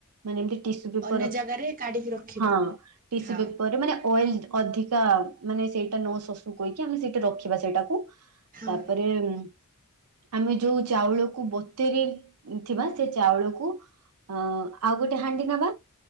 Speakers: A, on the right (about 85°); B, on the right (about 40°).
A: ମାନେ ଏମତି ଟିସୁ ପେପର
B: ଅନ୍ୟ
A: ରଖି
B: ଜାଗାରେ କାଢିକି ରଖିବା
A: ହଁ ଟିସୁ
B: ହଁ
A: ପେପ ପରେ ମାନେ ଅଏଲ ଅଧିକା ମାନେ ସେଇଟା ନ ଶଶୁକି ଆମେ ସେଇଟା ରଖିବା ସେଇଟାକୁ।
B: ହଁ
A: ତାପରେମ୍ ଆମେ ଯୋଉ ଚାଉଳକୁ ବତେରେ ଥିବା ସେ ଚାଉଳକୁ ଅ ଆଉ ଗୋଟେ ହାଣ୍ଡି ନବା,